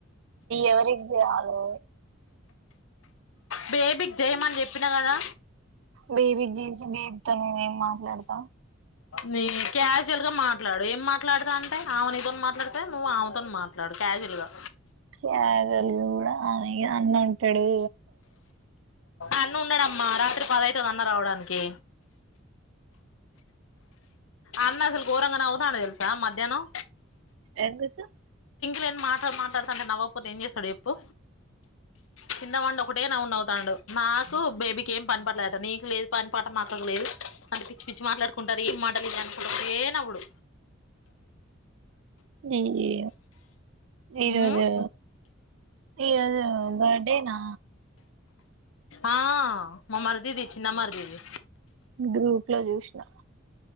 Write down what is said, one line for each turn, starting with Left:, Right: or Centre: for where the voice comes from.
Right: ఎవరికి జేయలే
Left: బేబీకి జయమని చెప్పినా కదా
Right: బేబీకి చేసి బేబీతో నేనేం మాట్లాడతా
Left: నీ క్యాజువల్ గా మాట్లాడు ఏం మాట్లాడతా అంటే ఆమెనితో మాట్లాడతా నువ్వు ఆమెతోని మాట్లాడు క్యాజువల్ గా
Right: క్యజువల్గ కూడా అన్నుంటాడు
Left: అన్న ఉన్నాడమ్మా రాత్రి పద అవుతుందన్న రావడానికి అన్న అసలు కోఊరంగనవ్వుతాండు తెల్సు స మధ్యన్నం
Right: ఎందుకు
Left: లేని మాటలు మాట్లాడుతాంటే నవ్వకపోతే ఏం చేస్తాడు ఎప్పు కిందబడి ఒకటే నవ్వు నవ్వుతాండు నాకు బేబీకి ఏం పనిపాట లేదంట నీకు లేదు పని పాట మాక్క లేదు అంటే పిచ్చి పిచ్చి మాట్లాడుకుంటారు ఏం <inaudible> ఒకటే నన్వుడు
Right: ఈ ఈరోజు
Left: ఉమ్
Right: ఈరోజు బర్డేనా
Left: ఆ మా మర్దిది చిన్న మర్ధిది
Right: గ్రూప్ లో చూసిన